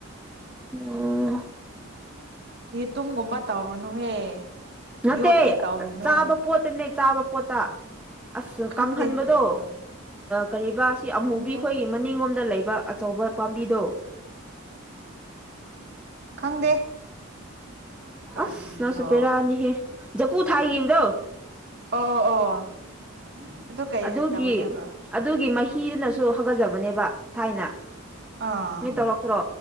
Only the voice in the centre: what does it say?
ꯎꯝ
ꯅꯠꯇꯦ
ꯆꯥꯕ ꯄꯣꯠꯇꯅꯦ ꯆꯥꯕ ꯄꯣꯠꯇ ꯑꯁ
ꯀꯪꯍꯟꯕꯗꯣ
ꯀꯕꯥ ꯁꯤ ꯑꯃꯨꯕꯤ
ꯑꯩꯈꯣꯏꯒꯤ ꯃꯅꯤꯡꯂꯣꯝꯗ ꯂꯩꯕ ꯑꯆꯧꯕ ꯄꯥꯝꯕꯤꯗꯣ <inaudible>
ꯑꯁ ꯅꯁꯨꯄꯦꯔꯥꯅꯤꯍꯦ ꯖ ꯀꯨ ꯊꯥꯏ ꯌꯦꯡꯒꯦꯔꯣ
ꯑꯗꯨꯒꯤ
ꯑꯗꯨꯒꯤ ꯃꯍꯤꯗꯨꯅꯁꯨ ꯍꯧꯒꯠꯆꯕꯅꯦꯕ ꯊꯥꯏꯅ
ꯅ ꯇꯧꯔꯛꯇ꯭ꯔꯣ